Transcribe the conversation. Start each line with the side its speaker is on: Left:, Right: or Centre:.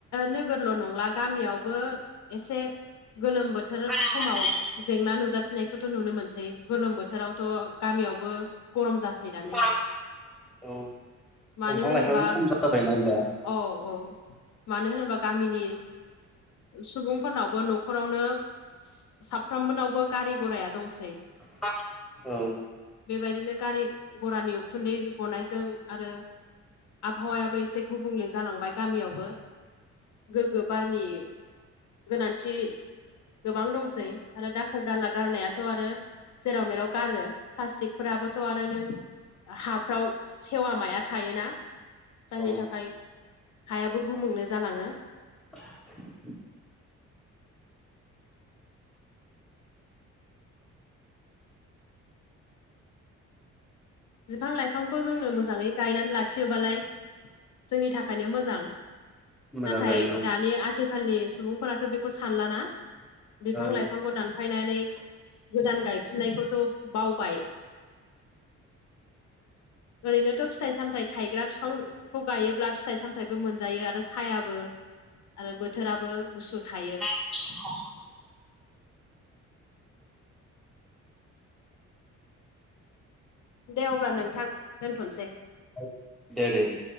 Left: नोगोरल' नंला गामियावबो एसे गोलोम बोथोर
Centre: गोलोम
Left: समाव
Centre: बोथोरनि
Left: जेंना नुजाथिनायखौथ' नुनो मोनसै गोलोम बोथोरावथ' गामियावबो गरम जा सै दानिया
Centre: गरम औ
Left: मानो
Centre: दंफां
Left: होनोबा
Centre: लाइफाङाबो खम जाबायना होमबा
Left: औ औ मानो होनोबा गामिनि सुबुंफोरनावबो न खरावनो साफ्रोमबोनावबो गारि गराया दंसै।
Centre: <unintelligible> औ
Left: बेबायदिनो गारि घरानि उखुन्दै गनायजों आरो आबहावायाबो एसे गुबुंले जालांबाय गामियावबो गो बारनि गोनांथि गोबां दंसै आरो दाखोर दाला गारनायाथ थ' आरो जेराव मेराव गारो प्लास्टिकफोराबोथ' आरो नों हाफ्राव सेवा माया थायोना जायनि
Centre: औ
Left: थाखाय हायाबो गुबुंले जालाङो
Centre: <unintelligible>
Left: बिफां लाइफांखौ जोंनो मोजाङै गायनानै लाखियोबालाय जोंनि थाखायनो मोजां
Centre: मोजां
Left: नाथाय
Centre: जायो
Left: दानि आथि खालनि सुबुंफोराथ' बेखौ सानलाना बिफां
Centre: औ
Left: लाइफांखौ दानफायनानै गोदान गायफिननायखौथ' बावबाय ओरैनोथ' फिथाइ सामथाइ थायग्रा बिफां खौ गायोब्ला फिथाइ सामथायाबो मोनजायो आरो सायाबो आरो बोथोराबो गुसु थायो
Centre: <unintelligible>
Left: दे अब्ला नोंथां दोनथ'नोसै
Centre: औ दे दे दे